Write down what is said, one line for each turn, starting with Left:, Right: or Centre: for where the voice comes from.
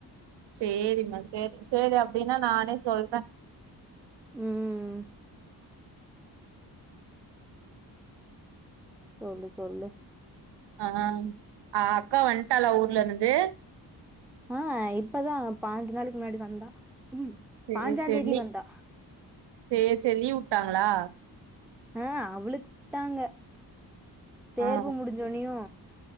Right: சேரிம்மா சேரி சேரி அப்டின்னா நானே சொல்றே
Centre: ம் ம் சொல்லு சொல்லு
Right: ஆ அ அக்கா வன்ட்டாளா ஊர்ல இருந்து
Centre: ஆ இப்பதா பாஞ்சு நாளைக்கு முன்னாடி வந்தா ம்
Right: சேரி
Centre: பாஞ்சாந்தேதி
Right: சேரி லிவ்
Centre: வந்தா
Right: சேரி சேரி லீவ் வுட்டாங்களா
Centre: அ அவளுக்கு வுட்டாங்க தேர்வு
Right: ஆ ஆ
Centre: முடிஞ்சோனியு